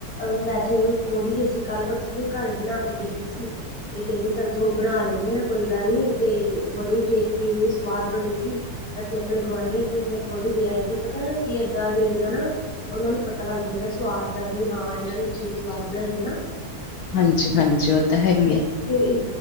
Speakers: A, on the left (about 50°); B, on the left (about 80°).
A: ਅ ਵੈਸੇ ਥੋੜ੍ਹੀ ਜਿਹੀ ਸੀਂ ਕੱਲ੍ਹ ਪਰਸੋਂ ਵੀ ਘਰ ਬਣਾ ਕੇ ਦੇਖੀ ਸੀ ਇਹ ਕਹਿੰਦੇ ਚੱਲ ਤੋ ਬਣਾ ਲੈਂਦੇੇ ਆ ਕੋਈ ਗੱਲ ਨੀ ਤੇ ਬੜੀ ਟੇਸਟੀ ਇੰਨੀ ਸਵਾਦ ਬਣੀ ਸੀ ਅਸੀਂ ਆਪਣੇ ਗੁਆਂਢੀਆਂ ਚ ਵੀ ਫਿਰ ਥੋੜ੍ਹੀ ਦੇ ਆਏ ਸੀ ਪਤਾ ਕੀ ਏਦਾਂ ਦੇਨ ਨਾਲ ਨਾ ਉਹਨਾਂ ਨੂੰ ਪਤਾ ਲੱਗ ਜਾਂਦਾ ਸਵਾਦ ਦਾ ਵੀ ਹਾਂ ਇਹਨਾਂ ਨੇ ਚੀਜ਼ ਸਵਾਦ ਬਣਾਈ ਹੈ ਨਾ
B: ਹਾਂਜੀ ਹਾਂਜੀ ਉਹ ਤਾਂ ਹੈ ਹੀ ਹੈ
A: ਤੇ ਇਸ